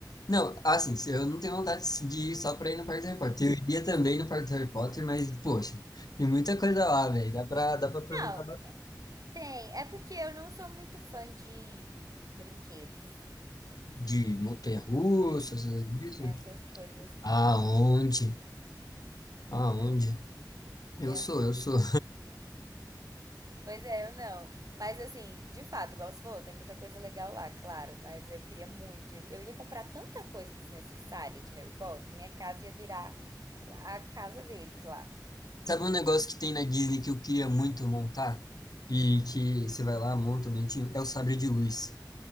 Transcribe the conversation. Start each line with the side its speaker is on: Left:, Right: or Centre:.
Left: Não, assim, se eu não tenho vontade de ir só pra ir no Parque do Harry Potter. Eu iria também no Parque do Harry Potter, mas, poxa, tem muita coisa lá, velho. Dá pra, dá pra aproveitar
Right: Não,
Left: ba-
Right: tem. É porque eu não sou muito fã de brinquedos,
Left: de montanha-russa, essas brisas.
Right: essas coisas assim.
Left: Aonde? Aonde?
Right: Eu,
Left: Eu
Right: eu,
Left: sou,
Right: <laughs>
Left: eu sou.
Right: Pois é, eu não. Mas assim, de fato, igual você falou, tem muita coisa legal lá, claro. Mas eu queria muito. Eu ia comprar tanta coisa desnecessária de Harry Potter, minha casa ia virar a casa deles lá.
Left: <laughs> Sabe um negócio que tem na Disney que eu queria muito montar? E que você vai lá, monta o bentinho? É o sabre de luz.